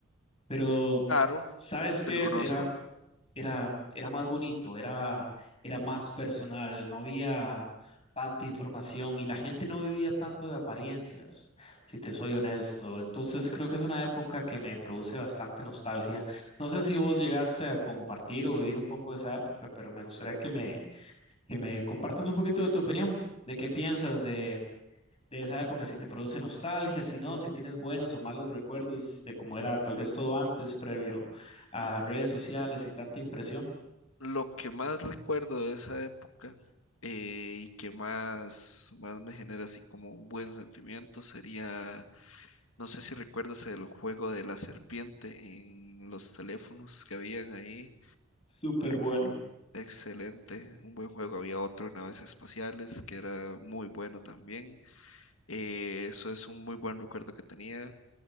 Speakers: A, on the left; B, on the left.
A: Pero,
B: Claro,
A: ¿sabes
B: te
A: qué?
B: lo conozco.
A: Era era, era más bonito, era, era más personal, no había tanta información y la gente no vivía tanto de apariencias, si te soy honesto. Entonces creo que es una época que me produce bastante nostalgia. No sé si vos llegaste a compartir o vivir un poco esa época, pero me gustaría que me, que me compartas un poquito de tu opinión, de qué piensas de, de esa época, si te produce nostalgia, si no, si tienes buenos o malos recuerdos de cómo era tal vez todo antes, previo a redes sociales y tanta impresión.
B: Lo que más recuerdo de esa época eh, y que más, más me genera así como un buen sentimiento sería No sé si recuerdas el juego de la serpiente en los teléfonos que habían ahí.
A: Súper bueno.
B: Excelente, un buen juego. Había otro, en naves espaciales, que era muy bueno también. Eh, eso es un muy buen recuerdo que tenía.